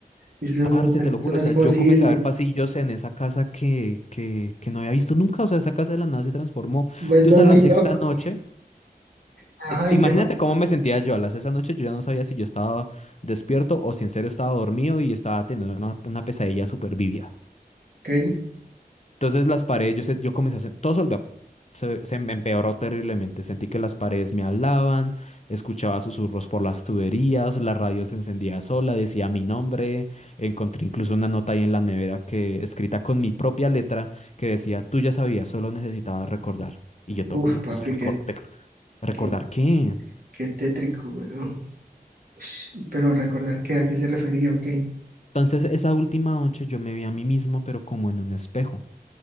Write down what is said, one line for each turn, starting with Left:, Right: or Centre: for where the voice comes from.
Right: Eso,
Left: parce,
Right: como,
Left: te lo
Right: eso
Left: juro,
Right: no
Left: o
Right: es
Left: sea,
Right: posible.
Left: yo comencé a ver pasillos en esa casa que, que, que no había visto nunca, o sea, esa casa de la nada se transformó.
Right: Va a
Left: Entonces
Right: estar muy
Left: a la sexta
Right: loco.
Left: noche...
Right: Ajá,
Left: Imagínate
Right: ¿y qué más?
Left: cómo me sentía yo. A las esa noche yo ya no sabía si yo estaba despierto o si en serio estaba dormido y estaba teniendo una, una pesadilla súper vívida.
Right: Ok.
Left: Entonces las paredes, yo, se- yo comencé a hacer, todo se volvió- se, se me empeoró terriblemente. Sentí que las paredes me hablaban, escuchaba susurros por las tuberías, la radio se encendía sola, decía mi nombre. Encontré incluso una nota ahí en la nevera que escrita con mi propia letra que decía, tú ya sabías, solo necesitabas recordar. Y yo
Right: Uf,
Left: todo como,
Right: papi,
Left: pues recordar,
Right: qué,
Left: ¿recordar
Right: qué,
Left: qué?
Right: qué tétrico, weón. Ush, Pero recordar que a qué se refería, ok.
Left: Entonces, esa última noche yo me vi a mí mismo, pero como en un espejo.